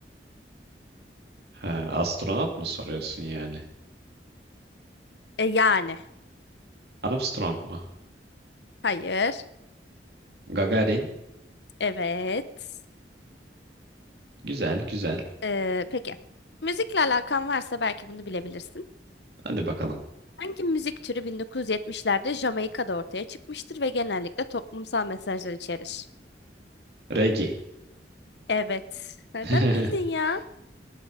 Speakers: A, on the right; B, on the left.
A: Ha, astronot mu soruyorsun yani?
B: E, yani.
A: Armstrong mu?
B: Hayır.
A: Gagarin.
B: Evet.
A: Güzel, güzel.
B: Ee, peki. Müzikle alakan varsa belki bunu bilebilirsin.
A: Hadi bakalım.
B: Hangi müzik türü 1970'lerde Jamaika'da ortaya çıkmıştır ve genellikle toplumsal mesajlar içerir?
A: Regi.
B: Evet. Nereden
A: <laughs>
B: bildin ya?